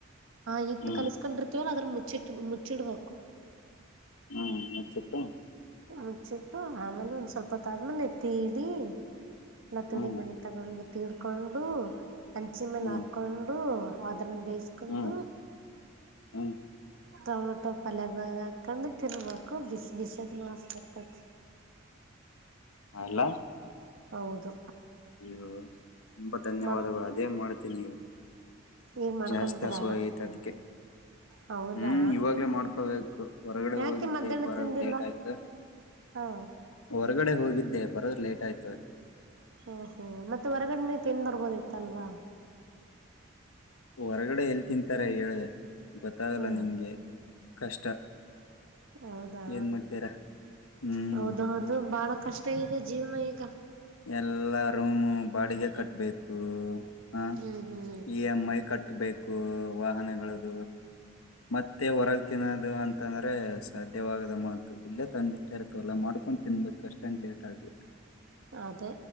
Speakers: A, on the right; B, on the left.
A: ಆ ಹಿಟ್
B: ಹ್ಮ್
A: ಕಲ್ಸ್ಕೊಂಡಿರ್ತವಲ್ಲ ಅದ್ರ ಮುಚ್ಚ ಮುಚ್ಚಿಟ್ಟ ಮುಚ್ಚಿಡ್ಬೇಕು
B: ಹ್ಮ್ ಮುಚ್ಚಿಟ್ಟು
A: ಮುಚ್ಚಿಟ್ಟು ಆಮೇಲೆ ಒಂದ್ ಸ್ವಲ್ಪತ್ತ ಆದ್ಮೇಲೆ ತೀಡಿ ಎಲ್ಲ ತಿುಳಿ
B: ಹ್ಮ್
A: ಮಣಿ ತಗೊಂಡು ತಿೀಡ್ಕೊಂಡು ಅಂಚಿ ಮೇಲೆ
B: ಹ್ಮ್
A: ಹಾಕೊಂಡು ಕೊಂಡು ಅದ್ರನ್ನು ಬೇಯಿಸಕೊಂಡು
B: ಹ್ಮ್ ಹ್ಮ್
A: ಟೊಮೊಟೊ ಪಲ್ಯದಾಗ್ ಹಾಕೊಂಡು ತಿನ್ಬೇಕು ಬಿಸ್ ಬಿಸದ್ ಮಾಸ್ತಾ ಇರ್ತತಿ
B: ಅಲ್ಲ
A: ಹೌದು
B: ಅಯ್ಯೋ ತುಂಬಾ ಧನ್ಯವಾದಗಳು
A: ಮಾಡ್
B: ಅದೇ ಮಾಡ್ತೀನಿ ಈಗ
A: ಈಗ ಮಾಡ್ಕೊಂತರ
B: ಜಾಸ್ತಿ ಹಸುವಾಗೈತೆ ಅದಕ್ಕೆ
A: ಹೌದಾ
B: ಹ್ಮ್ ಇವಾಗ್ಲೇ ಮಾಡ್ಕೋಬೇಕು ಹೊರಗಡೆ
A: ಯಾಕೆ
B: ಹೋಗಿದ್ದೆ
A: ಮಧ್ಯಾಹ್ನ
B: ಬರೋದು
A: ತಿಂದಿಲ್ಲ
B: ಲೇಟ್ ಆಯ್ತು
A: ಹಾಂ
B: ಹೊರಗಡೆ ಹೋಗಿದ್ದೆ ಬರೋದ್ ಲೇಟ್ ಆಯ್ತು
A: ಹಾ ಹ್ಮ್ ಮತ್ತೆ ಹೊರಗಡೆನೆ ತಿನ್ ಬರ್ಬೋದ್ ಇತ್ ಅಲ್ವಾ
B: ಹೊರಗಡೆ ಎಲ್ಲಿ ತಿಂತಾರೆ ಹೇಳ್ದೆ ಗೊತ್ತಾಗಲ್ಲ
A: ಹ್ಞೂ
B: ನಿಮ್ಗೆ ಕಷ್ಟ
A: ಹೌದಾ
B: ಏನ್ ಮಾಡ್ತೀರಾ ಹ್ಮ್
A: ಹೌದ ಹೌದು ಬಾಳ ಕಷ್ಟ ಇದೆ ಜೀವನ ಈಗ
B: ಎಲ್ಲಾ ರೂಮು ಬಾಡಿಗೆ ಕಟ್ಬೇಕು ಹ
A: ಹ್ಞೂ ಹ್ಞೂ
B: ಇ. ಎಂ. ಐ ಕಟ್ಟಬೇಕು ವಾಹನಗಳ್ದ ಮತ್ತೆ ಹೊರಗೆ ತಿನ್ನೋದು ಅಂತಂದ್ರೆ ಸಾಧ್ಯವಾಗದ ಮಾತು ಇಲ್ಲೇ ತಂದಿಟ್ಟ ಇರ್ತವಲ್ಲ ಮಾಡ್ಕೊಂಡು ತಿನ್ಬೇಕ್ ಅಷ್ಟೇ ಲೇಟ್ ಆಗಲಿ
A: ಅದೆೇ